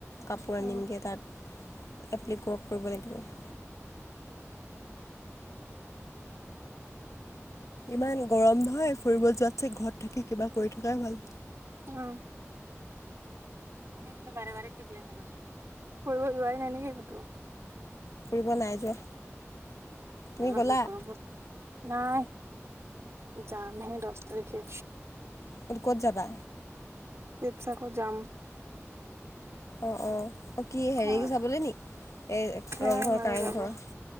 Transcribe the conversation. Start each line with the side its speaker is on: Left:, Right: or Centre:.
Left: কাপোৰ আনিমগে
Right: উম,
Left: তাত এপ্লিকৰ্ক কৰিব লাগিব। <inaudible> ইমান গৰম নহয়, ফুৰিব যোৱাতছে ঘৰত থাকি কিবা কৰি থকাই ভাল।
Right: অহ। <unintelligible> ফুৰিব যোৱাই নাই নেকি ক'তো?
Left: ফুৰিব নাই যোৱা।
Right: <unintelligible>
Left: তুমি গ'লা
Right: নাই। যাম হে দহ তাৰিখে।
Left: ক'ত ক'ত যাবা?
Right: শিৱসাগৰ যাম।
Left: অ', অ'। কি হেৰি
Right: অ',
Left: চাবলৈ নি এই
Right: ধেৰ
Left: ৰংঘৰ,
Right: মানুহ
Left: কাৰেংঘৰ?
Right: যাব